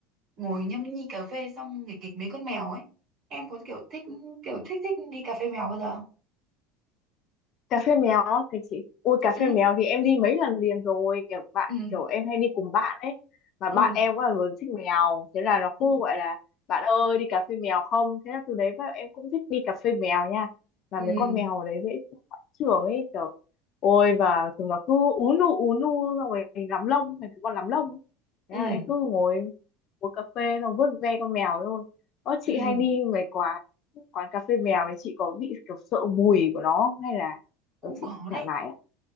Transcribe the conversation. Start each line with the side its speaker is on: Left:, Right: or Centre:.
Right: ngồi nhâm nhi cà phê xong nghịch kịch mấy con mèo ấy em có kiểu thích kiểu thích thích đi cà phê mèo bao giờ không?
Left: cà phê méo á, cái chị ôi cà phê
Right: ừ
Left: mèo thì em đi mấy lần liền rồi kiểu bạn
Right: ừ
Left: kiểu em hay đi cùng bạn ấy mà
Right: ừ
Left: bạn em cũng là người thích mèo thế là nó
Right: ừ
Left: cứ gọi là bạn ơi đi cà phê mèo không thế là từ đấy vào em cũng thích đi cà phê mèo nha và
Right: ừ
Left: mấy con mèo ở đấy dễ trưởng ấy kiểu ôi và chúng nó cứ ú nu ú nu xong rồi mình lắm lông thành cái con lắm lông ấy. thế
Right: ừ
Left: là em cứ ngồi uống cà phê xong vuốt ve con mèo thôi ơ chị
Right: ừ
Left: hay đi mấy quán quán cà phê mèo thì chị có bị kiểu sợ mùi của nó không? hay là
Right: cũng
Left: Ờ, chị
Right: có
Left: thoải
Right: đấy
Left: mái ạ.